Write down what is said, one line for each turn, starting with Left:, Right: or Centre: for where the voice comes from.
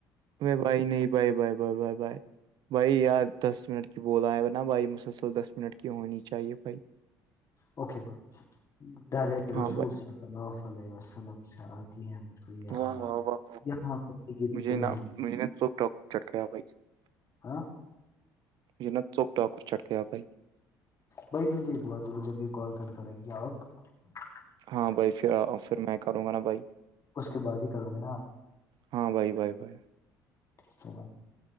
Right: ا بائی نہیں بائی بائی بائی بائی بائی <unintelligible> بھائی یار دس منٹ کی بول آ ہے ہو نا بھائی مسلسل دس منٹ کی ہونی چاہیے بھائی
Left: اوکے بھائیول <unintelligible>
Right: ہاں بھائی
Left: ت م تو یہ
Right: واہ
Left: آواز
Right: واہ
Left: <unintelligible>
Right: واہ
Left: پہ یہ
Right: مجھے
Left: تمہیں
Right: نا مجھے نا چوک ڈ چھکایا بھائی <unintelligible>
Left: ہاں <unintelligible>
Right: ڑ <unintelligible> م نا چوک ڈاکر چٹ کے آ بھائی
Left: بائی مجھے ایک بات بولو جب یہ کال کر <unintelligible>
Right: ہاں بھائی پھر پھر میں کروں گا نا بھائی
Left: اس کے بعد ہی کرو گے نا آپ
Right: ہاں بھائی بھائی بھائی <unintelligible>
Left: ٹھیک ہے بائی